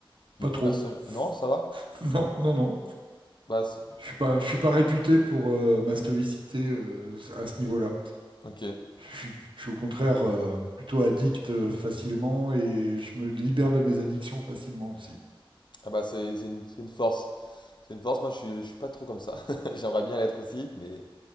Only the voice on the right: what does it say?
Pas
trop.
<laughs> Non, non, non.
Je suis pas, je suis pas réputé pour euh, ma stoïcité euh, à ce niveau-là.
Je suis, je suis au contraire euh, plutôt addict euh, facilement et je me libère de mes addictions facilement aussi.